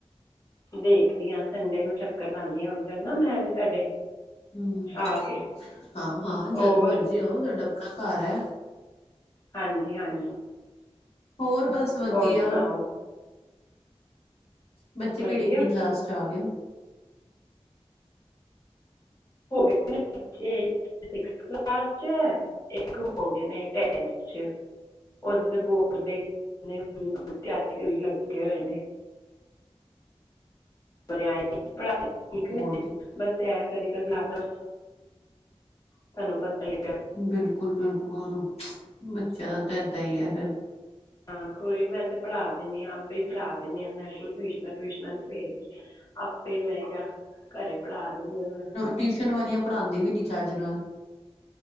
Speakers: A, on the left; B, on the left.
A: ਦੇਖਦੀ ਹਾਂ ਸੰਡੇ ਨੂੰ ਚੱਕਰ ਲਾਣੀ ਆ ਉੱਧਰ ਨਾ ਮੈਂ ਵੀ ਤੁਹਾਡੇ।
B: ਹੂੰ,
A: ਆ ਕੇ
B: ਹਾਂ ਹਾਂ
A: ਹੋਰ
B: ਜਦ ਮਰਜ਼ੀ ਆਓ ਤੁਹਾਡਾ ਆਪਣਾ ਘਰ ਐ।
A: ਹਾਂਜੀ ਹਾਂਜੀ।
B: ਹੋਰ ਬਸ ਵਧੀਆ।
A: ਹੋਰ ਸੁਣਾਓ
B: ਬੱਚੇ
A: ਵਧੀਆ
B: ਕਿਹੜੀ ਕਿਹੜੀ ਕਲਾਸ ਚ ਆ ਗਏ ਨੇ?
A: ਮੇਰੇ ਬੱਚੇ ਇੱਕ ਸਿਕਸ ਕਲਾਸ ਚ, ਇੱਕ ਹੋ ਗਏ ਨੇ ਟੈਂਥ ਚ। ਉਹਦੇ ਤੇ ਬੋਰਡ ਦੀ ਤਿਆਰੀ ਦੇ ਵਿੱਚ ਲੱਗੇ ਹੋਏ ਨੇ। <inaudible> ਪੜ੍ਹਾਈ ਚ ਠੀਕ ਨੇ।
B: ਬੋਰਡ ਦੀ
A: ਬਸ ਐ ਕਦੀ ਕਦੀ ਆਪਸ ਚ, ਤੁਹਾਨੂੰ ਪਤਾ ਹੀ ਹੈਗਾ।
B: ਬਿਲਕੁਲ ਬਿਲਕੁਲ, ਬੱਚਿਆਂ ਦਾ ਤਾਂ ਐਦਾਂ ਈ ਐ ਫਿਰ।
A: ਹਾਂ ਕੋਈ ਨੀ ਮੈਂ ਤਾਂ ਪੜ੍ਹਾ ਦਿੰਨੀ ਆ, ਆਪੇ ਹੀ ਪੜ੍ਹਾ ਦਿੰਨੀ ਆ, ਮੈਂ ਕੋਈ ਟਿਊਸ਼ਨਾਂ ਟਿਊਸ਼ਨਾਂ ਨਹੀਂ ਭੇਜਦੀ, ਆਪੇ ਮੈਂ ਕਿਹਾ ਘਰੇ ਪੜ੍ਹਾ ਦਿੰਨੀ ਆ ਮੈਂ।
B: ਟਿਊਸ਼ਨ ਵਾਲੀਆਂ ਪੜਾਂਦੀ ਵੀ ਨੀ ਚੱਜ ਨਾਲ।